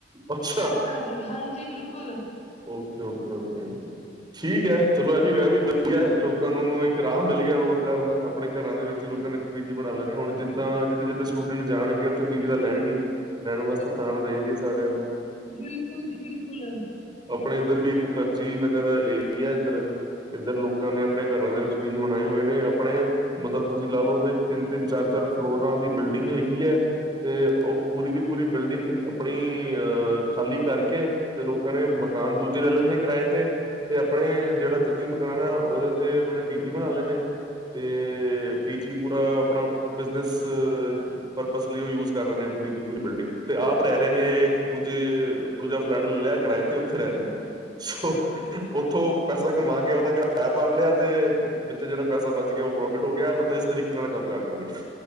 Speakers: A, on the right; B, on the left.
A: ਅੱਛਾ
B: ਇਸ ਤਰ੍ਹਾਂ ਹਾਂਜੀ ਬਿਲਕੁਲ।
A: ਓਕੇ-ਓਕੇ। ਓਕੇ-ਓਕੇ। ਠੀਕ ਐ ਚਲੋ ਇਹ ਵੀ ਵਧੀਆ ਲੋਕਾਂ ਨੂੰ ਇੱਕ ਰਾਹ ਮਿਲ ਗਿਆ ਰੁਜ਼ਗਾਰ ਦਾ। ਆਪਣੇ ਘਰਾਂ ਦੇ ਵਿੱਚ ਈ ਲੋਕਾਂ ਨੇ ਪੀਜੀ ਬਣਾ ਲੈਣੇ। ਹੁਣ ਜਿੱਦਾਂ ਜਿੱਥੇ-ਜਿੱਥੇ ਸਟੂਡੈਂਟ ਜਾਣਗੇ, ਉੱਥੇ ਪੀਜੀ ਤਾਂ ਲੈਣਗੇ ਈ। ਰਹਿਣ
B: ਬਿਲਕੁਲ
A: ਵਾਸਤੇ ਥਾਂ‌ ਤਾ ਚਾਹੀਦੀ ਐ ਸਾਰਿਆਂ ਨੂੰ।
B: ਬਿਲਕੁਲ ਜੀ ਬਿਲਕੁਲ।
A: ਆਪਣੇ ਇੱਧਰ ਵੀ ਮੁਖਰਜੀ ਨਗਰ ਏਰੀਆ ਇੱਧਰ ਇੱਧਰ ਲੋਕਾਂ ਨੇ ਆਪਣੇ ਘਰਾਂ ਦੇ ਵਿੱਚ ਪੀਜ਼ੀ ਬਣਾਏ ਹੋਏ ਨੇ। ਆਪਣੇ ਮਤਲਬ ਤੁਸੀਂ ਲਾ ਲਓ ਤਿੰਨ-ਤਿੰਨ, ਚਾਰ-ਚਾਰ ਫਲੋਰਾਂ ਦੀ ਬਿਲਡਿੰਗ ਹੈਗੀ ਹੈ। ਤੇ ਉਹ ਪੂਰੀ ਦੀ ਪੂਰੀ ਬਿਲਡਿੰਗ ਆਪਣੀ ਅ ਖਾਲੀ ਕਰਕੇ ਤੇ ਲੋਕਾਂ ਨੇ ਮਕਾਨ ਦੂਜੇ ਲੈ ਲੈਂਦੇ ਕਿਰਾਏ ਤੇ ਤੇ ਆਪਣੇ ਜਿਹੜਾ ਜੱਦੀ ਮਕਾਨ ਆ ਉਹਦੇ ਤੇ ਉਹਨਾਂ ਨੇ ਪੀਜੀ ਬਣਾ ਲੈਣੇ ਤੇ ਪੀਜੀ ਪੂਰਾ ਆਪਣਾ ਬਿਜਨਸ ਪਰਪਸ ਲਈ ਉਹ ਯੂਜ ਕਰ ਰਹੇ ਨੇ ਪੂਰੀ ਦੀ ਪੂਰੀ ਬਿਲਡਿੰਗ ਤੇ ਆਪ ਰਹਿ ਰਹੇ ਨੇ ਦੂਜੇ ਦੂਜਾ ਫਲੈਟ ਲੈ ਲਿਆ ਕਿਰਾਏ ਤੇ ਉੱਥੇ ਰਹਿ ਰਹੇ ਨੇ। ਸੋ ਉੱਥੋਂ ਪੈਸਾ ਕਮਾ ਕੇ ਉਹਦਾ ਕਿਰਾਇਆ ਭਰ ਲਿਆ ਤੇ ਵਿੱਚ ਜਿਹੜਾ ਪੈਸਾ ਬਚ ਗਿਆ ਉਹ ਪ੍ਰੋਫਿਟ ਹੋ ਗਿਆ। ਮਤਲਬ ਇਸ ਤਰੀਕੇ ਨਾਲ ਕੰਮ ਕਰ ਰਹੇ ਨੇ।